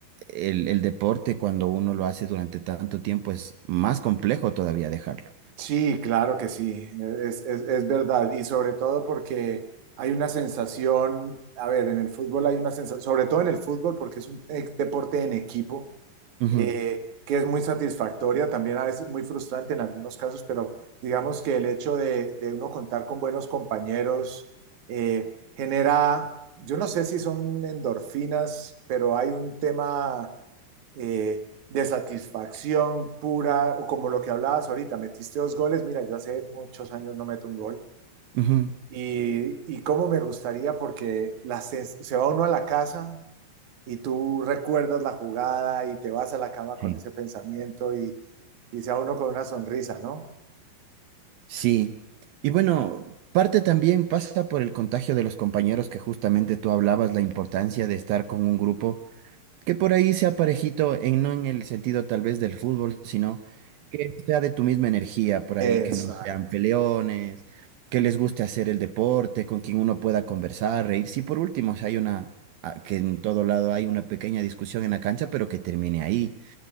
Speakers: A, on the right (about 75°); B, on the right (about 50°).
A: el, el deporte cuando uno lo hace durante tanto tiempo es más complejo todavía dejarlo.
B: Sí, claro que sí, e-, es, es, es verdad. Y sobre todo porque hay una sensación, a ver, en el fútbol hay una sensación, sobre todo en el fútbol porque es un eh, deporte en equipo,
A: Ujú,
B: eh, que es muy satisfactoria, también a veces muy frustrante en algunos casos, pero digamos que el hecho de, de uno contar con buenos compañeros eh, genera, yo no sé si son endorfinas, pero hay un tema eh, de satisfacción pura, o como lo que hablabas ahorita, metiste dos goles, mira, yo hace muchos años no meto un gol,
A: ujú.
B: y, y cómo me gustaría, porque la sens- se va uno a la casa y tú recuerdas la jugada y te vas a la cama
A: Sí.
B: con ese pensamiento y, y se va uno con una sonrisa, ¿no?
A: Sí, y bueno, parte también pasa por el contagio de los compañeros que justamente tú hablabas, la importancia de estar con un grupo que por ahí sea parejito, en, no en el sentido tal vez del fútbol, sino que sea de tu misma energía por
B: Exacto.
A: ahí, que no sean peleones, que les guste hacer el deporte, con quien uno pueda conversar, reírse. Y por último, si hay una, a- que en todo lado hay una pequeña discusión en la cancha, pero que termine ahí